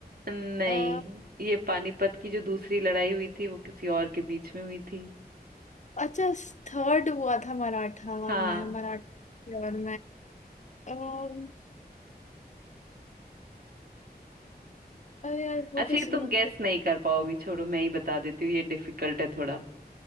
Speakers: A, on the right; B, on the left.
A: नहीं
B: अ,
A: ये पानीपत की जो दूसरी लड़ाई हुई थी वो किसी और के बीच में हुई थी
B: अच्छा थर्ड हुआ था मराठा
A: हाँ
B: में मराठा और में अरे यार वो
A: अच्छा
B: कैसे
A: ये तुम
B: बनती
A: गैस नहीं कर पाओगी छोड़ो मैं ही बता देती हूँ ये डिफिकल्ट है थोड़ा